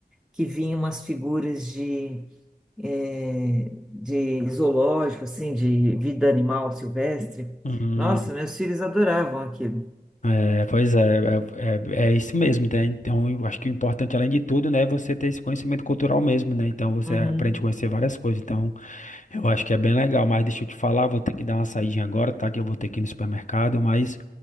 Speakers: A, in the centre; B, on the left.
A: que vinha umas figuras de, eh, de zoológico, assim, de vida animal silvestre.
B: Hum,
A: Nossa, meus filhos adoravam aquilo.
B: é, pois é, é, é, é isso mesmo, né? Então, eu acho que o importante, além de tudo, né, é você ter esse conhecimento cultural mesmo, né? Então, você
A: Uhum.
B: aprende a conhecer várias coisas. Então, Eu acho que é bem legal, mas deixa eu te falar, vou ter que dar uma saidinha agora, tá? Que eu vou ter que ir no supermercado, mas